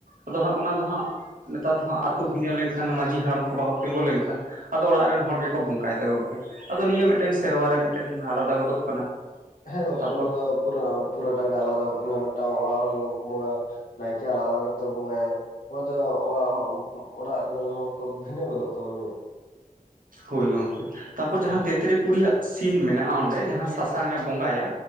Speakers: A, on the right; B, on the left.
A: ᱟᱫᱚ ᱦᱟᱸᱜ ᱚᱱᱟ ᱫᱚ ᱦᱟᱸᱜ ᱱᱮᱛᱟᱨ ᱫᱚ ᱦᱟᱸᱜ ᱟᱛᱳ ᱵᱷᱤᱱᱟᱹ ᱞᱮᱱᱠᱷᱟᱱ ᱢᱟᱡᱷᱤ ᱦᱟᱲᱟᱢ ᱠᱚ ᱵᱟᱠᱚ ᱠᱚ ᱛᱮᱸᱜᱳ ᱞᱮᱱᱠᱷᱟᱱ ᱟᱫᱚ ᱚᱲᱟᱜ ᱨᱮᱱ ᱦᱚᱲ ᱜᱮᱠᱚ ᱵᱚᱸᱠᱟᱭᱮ‌ ᱫᱟ ᱜᱚᱢᱠᱮ ᱟᱫᱚ ᱱᱤᱭᱟᱹ ᱢᱤᱫᱴᱮᱱ ᱥᱮᱨᱣᱟᱨ ᱨᱮ ᱢᱤᱫᱴᱮᱱ ᱟᱞᱟᱫᱟ ᱜᱚᱫᱚᱜ ᱠᱟᱱᱟ
B: ᱦᱮᱸ ᱜᱚᱝᱠᱮ
A: ᱛᱟᱯᱚᱨ
B: ᱚᱱᱟᱫᱚ ᱯᱩᱨᱟᱹ ᱯᱩᱨᱟᱹᱴᱟᱜ ᱜᱮ ᱟᱞᱟᱫᱟ ᱢᱤᱫᱴᱟᱝ ᱚᱲᱟᱜ ᱦᱚᱲ ᱵᱚᱸᱜᱟ ᱱᱟᱭᱠᱮ ᱟᱞᱟᱫᱟ ᱜᱮ ᱛᱚᱭ ᱵᱚᱜᱟᱭᱟ ᱚᱱᱟ ᱫᱚ ᱚᱲᱟᱜ ᱦᱚ ᱚᱲᱟᱜ ᱨᱮᱱᱟᱜ ᱱᱟᱣᱟ ᱠᱚ ᱵᱷᱤᱱᱟᱹ ᱜᱚᱫᱚᱜ ᱠᱟᱱᱟ
A: ᱦᱳ ᱜᱚᱢᱠᱮ ᱛᱟᱨᱯᱚᱨ ᱡᱟᱦᱟᱸ ᱛᱮᱛᱨᱮ ᱠᱩᱲᱤᱭᱟᱜ ᱥᱤᱱ ᱢᱮᱱᱟᱜᱼᱟ ᱚᱸᱰᱮ ᱡᱟᱦᱟᱸ ᱥᱟᱥᱟᱝ ᱮ ᱵᱚᱸᱜᱟᱭᱟ